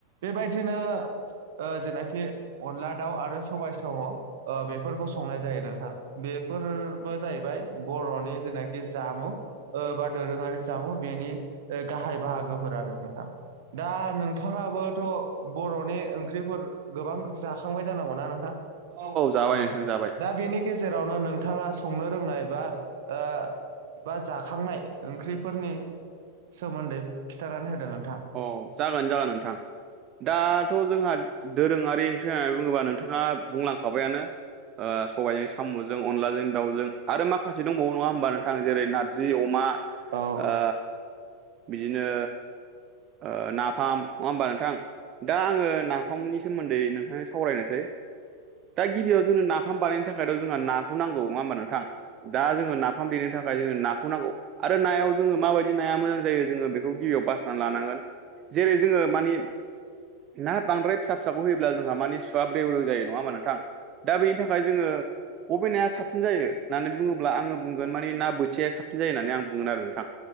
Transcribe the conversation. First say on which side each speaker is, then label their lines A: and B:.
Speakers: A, on the right; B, on the right.
A: बेबायदिनो ओ जेनाखि अनला दाउ आरो सबाय सम' ओ बेफोरखौ संनाय जायो नोंथां। बेफोरबो जाहै बाय बर'नि जेनाखि जामु। ओ बा दोरोङारि जामु बेनि ओ गाहाय बाहागोफोर आरो नोंथां। दा नोंथाङाबोथ' बर'नि ओंख्रिफोर गोबां जाखांबाय जानांगौना नोंथां? औ।
B: जाबाय
A: ओ
B: नोंथां जाबाय
A: दा बेनि गेजेरावनो नोंथाङा संनो फोरोंनाय बा ओ बा जाखांनाय ओंख्रिफोरनि सोमोन्दै खिन्थानानै होदो नोंथां।
B: अ जागोन जागोन नोंथां, दाथ' जोंहा दोरोङारि होननानै बुङोब्ला नोंथाङा बुंलांखाबायानो। ओ सबायजों साम'जों, अनला जों दावउजों आरो माखासे दंबावो नङा होमबा नोंथां जेरै नारज जि अमा
A: औ
B: ओ बिदिनो ओ नाफाम नङा होमबा नोंथां? दा आङो ना फामनि सोमोन्दै नोंथांजों सावरायनोसै। दा गिबियाव जोंनो ना नाफाम बानायनो थाखायथ' जोंहा नाखौ नांगौ नङा होमबा नोंथां? दा जोङो नाफाम देनो थाखाय जोङो नाखौ नांगौ। आरो नायाव जोङो माबायदि नाया मोजां जायो जोङो बेखौ गिबियाव बासिनानै लानांगोन। जेरै जोङो मानि ना बांद्राय फिसा फिसाखौ होयोब्ला जोंहा मानि सुवा ब्रेव ब्रेव जायो नङा होमबा नोंथां? दा बेनि थाखाय जोङो बबे नाया साबसिन जायो होननानै बुङोब्ला आङो बुंगोन माने ना बोथिया साबसिन जायो होननानै आं बुंगोन आरो नोंथां।